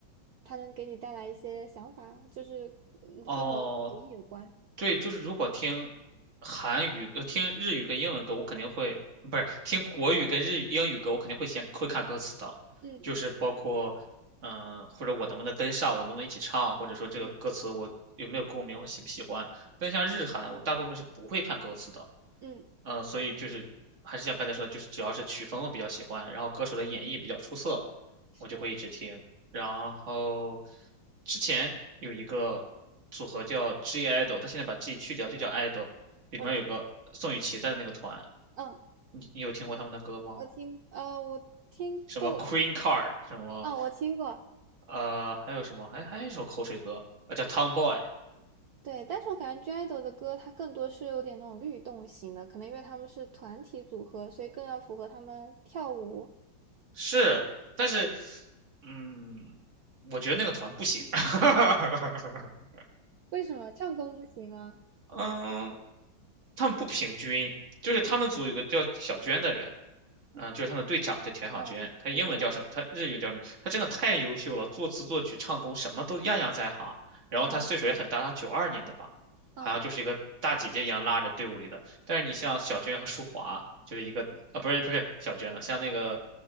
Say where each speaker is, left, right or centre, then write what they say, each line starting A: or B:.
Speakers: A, on the right (about 70°); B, on the right (about 35°).
A: 它能给你带来一些想法，就是嗯跟某个回忆有关？
B: 哦，对，就是如果听韩语、呃听日语跟英文歌，我肯定会，不是听国语跟日语、英语歌，我肯定会先会看歌词的，
A: 嗯
B: 就是包括，嗯、或者我能不能跟上，我能不能一起唱，或者说这个歌词我有没有共鸣，
A: 嗯
B: 或喜不喜欢。但像日韩，我大部分是不会看歌词的，
A: 嗯，
B: 嗯，所以就是还是像刚才说的，就是只要是曲风我比较喜欢，然后歌手的演绎比较出色，
A: 是，
B: 我就会一直听。然后之前有一个组合叫 G IDOL，他现在把 G 去掉就叫 IDOL，里面有个宋雨琦在的那个团，
A: 我知道，嗯，
B: 你你有听过他们的歌吗？
A: 我听，呃，我听过，
B: 什么 Queen Card，什么
A: 啊，我听过，
B: 呃，还有什么，还还有一首口水歌啊，叫 Tomboy，
A: 对，但是我感觉 g i d l 的歌它更多是有点那种律动型的，可能因为他们是团体组合，所以更要符合他们跳舞。
B: 是，但是嗯，我觉得那个团不行。<laughs>
A: 为什么唱功不行吗？
B: 嗯，他们不平均，就是他们组有个叫小娟的人，嗯，就是他们队长叫田小娟，
A: 嗯，
B: 她英文叫什么？
A: 我知道，
B: 她日语叫什么？她真的太优秀了，作词作曲唱功什么都样样在行。然后她岁数也很大，
A: 嗯
B: 她九二年的吧，
A: 嗯
B: 好像就是一个大姐姐一样拉着队伍里的。但是你像小娟和舒华，就是一个啊，
A: 嗯
B: 不是不是小娟的，像那个